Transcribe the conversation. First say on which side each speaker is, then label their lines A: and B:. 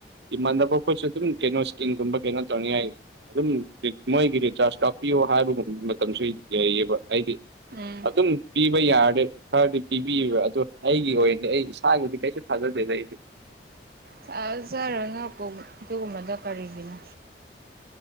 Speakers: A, on the right (about 70°); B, on the right (about 55°).
A: ꯏꯃꯥꯟꯅꯕ ꯑꯩꯈꯣꯏꯁꯨ ꯑꯗꯨꯝ ꯀꯩꯅꯣ ꯏꯁꯀꯤꯟꯒꯨꯝꯕ ꯀꯩꯅꯣ ꯇꯧꯅꯤꯡꯉꯥꯏ ꯑꯗꯨꯝ ꯀꯩ ꯃꯣꯏꯒꯤ ꯔꯤꯆꯥꯔꯖ ꯀꯥꯄꯤꯌꯣ ꯍꯥꯏꯕꯒꯨꯝꯕ ꯃꯇꯝꯁꯨ ꯂꯩꯌꯦꯕ ꯑꯩꯒꯤ
B: ꯎꯝ
A: ꯑꯗꯨꯝ ꯄꯤꯕ ꯌꯥꯔꯗꯤ ꯈꯔꯗꯤ ꯄꯤꯕꯤꯌꯦꯕ ꯑꯗꯨ ꯑꯩꯒꯤ ꯑꯣꯏꯅꯗꯤ ꯑꯩ ꯏꯁꯥꯒꯤꯗꯤ ꯀꯩꯁꯨ ꯊꯥꯖꯗꯦꯗ ꯑꯩꯗꯤ
B: ꯊꯥꯖꯔꯅꯨ ꯀꯣꯝ ꯑꯗꯨꯒꯨꯝꯕꯗꯣ ꯀꯔꯤꯒꯤꯅꯣ